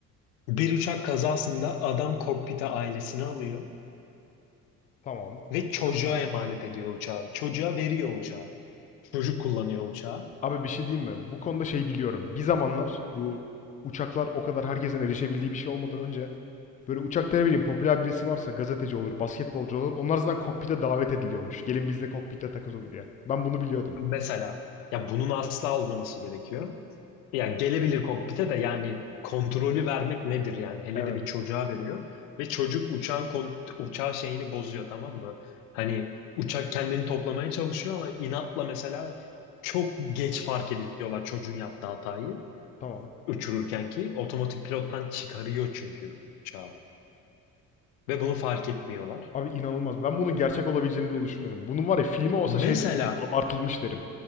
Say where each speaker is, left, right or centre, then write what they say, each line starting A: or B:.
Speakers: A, on the left; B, on the left.
A: Bir uçak kazasında adam kokpite ailesini alıyor
B: tamam.
A: ve çocuğa
B: Pilotun ailesi.
A: emanet ediyor uçağı. Çocuğa veriyor uçağı. Çocuk kullanıyor uçağı.
B: Abi bir şey diyeyim mi? Bu konuda şey biliyorum. Bir zamanlar bu uçaklar o kadar herkesin erişebildiği bir şey olmadan önce böyle uçakta ne bileyim popüler birisi varsa gazeteci olur, basketbolcu olur. Onlar zaten kokpite davet ediliyormuş. Gelin bizle kokpite takılın diye. Ben bunu biliyordum.
A: Mesela ya bunun asla olmaması gerekiyor. Ya gelebilir kokpite de yani kontrolü vermek nedir yani hele
B: Evet.
A: de bir çocuğa veriyor ve çocuk uçağın kon- uçağı şeyini bozuyor tamam mı? Hani uçak kendini toplamaya çalışıyor ama inatla mesela çok geç fark ediyorlar çocuğun yaptığı hatayı
B: Tamam.
A: uçururken ki otomatik pilottan çıkarıyor çünkü uçağı ve bunu fark etmiyorlar.
B: Abi inanılmaz. Ben bunun gerçek olabileceğini bile düşünmedim. Bunun var ya filmi olsa
A: Mesela
B: şey derim yani abartılmış derim.